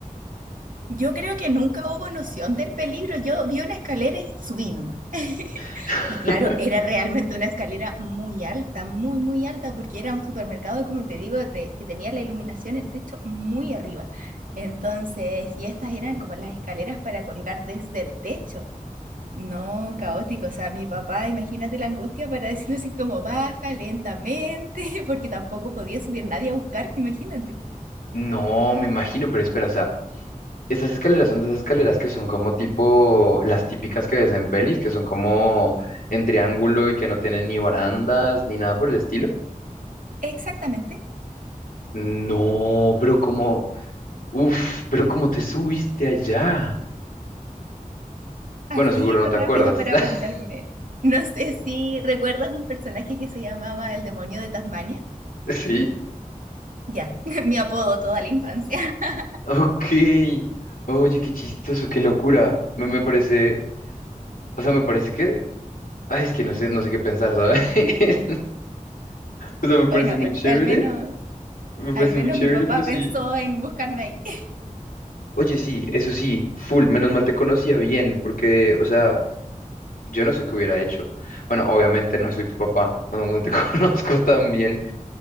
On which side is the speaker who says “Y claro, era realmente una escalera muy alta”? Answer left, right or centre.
Right